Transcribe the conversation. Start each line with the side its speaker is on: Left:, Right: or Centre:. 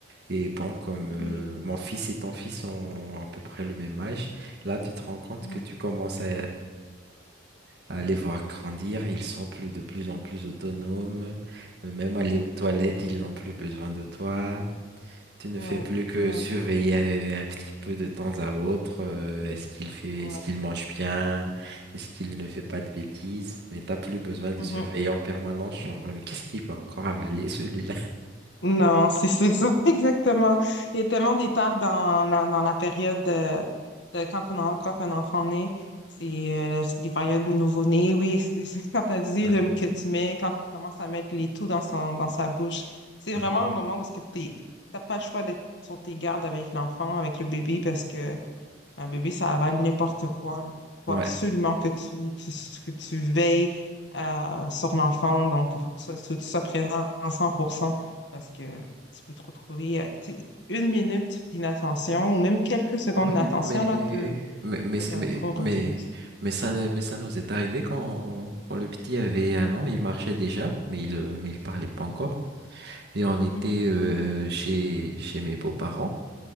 Right: Et bon, comme
Left: Oui,
Right: euh, mon fils et ton fils ont à peu près le même âge, là, tu te rends compte
Left: mhm,
Right: que tu commences à, à les voir grandir, ils sont plus, de plus en plus autonomes, euh, même
Left: oui,
Right: aller aux toilettes, ils n'ont plus besoin de toi. Tu ne
Left: ouais,
Right: fais plus que
Left: ouais,
Right: surveiller euh, un petit peu de temps à autre. euh, est-ce qu'il fait,
Left: ouais.
Right: est-ce qu'il mange bien? Est-ce qu'il ne fait pas de bêtises? Mais t'as plus besoin de
Left: mhm.
Right: surveiller en permanence. Genre, mais qu'est-ce qu'il va encore avaler celui-là?
Left: Non, c'est c'est ça, <laughs> exactement. Il y a tellement d'étapes dans, dans, dans la période de, de quand, on en- quand un enfant naît. C'est euh, c'est des périodes de nouveau-né, oui. c'est- c'est Quand tu as dit
Right: Ouais.
Left: le- que tu mets, quand tu commences à mettre les tout dans son, dans sa bouche, c'est
Right: Mhm.
Left: vraiment un moment parce que tu n'as pas le choix d'être sur tes gardes avec l'enfant, avec le bébé, parce que un bébé, ça avale n'importe quoi. Il faut
Right: Ouais.
Left: absolument que tu, tu, que tu veilles euh, sur l'enfant. Donc, il faut que tu sois, faut que tu sois présent à 100% parce que tu peux te retrouver. euh, tu sais, une minute d'inattention ou même quelques secondes
Right: Ouais,
Left: d'inattention,
Right: mais
Left: là, peut,
Right: mais mais
Left: peut
Right: c'est-
Left: être un
Right: mais
Left: gros regret.
Right: mais, mais ça mais ça nous est arrivé quand quand le petit avait un an, il marchait déjà, mais il euh, mais il parlait pas
Left: Mhm,
Right: encore. Et on était
Left: mhm.
Right: euh, chez chez mes beaux-parents.